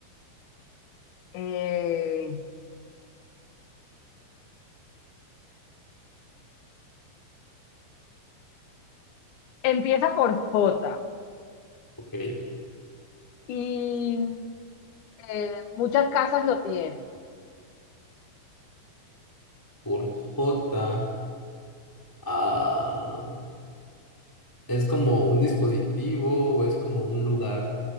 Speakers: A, on the left (about 60°); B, in the centre.
A: eh, Empieza por J
B: ok.
A: y eh, muchas casas lo tienen.
B: Por J, ah, ¿es como un dispositivo o es como un lugar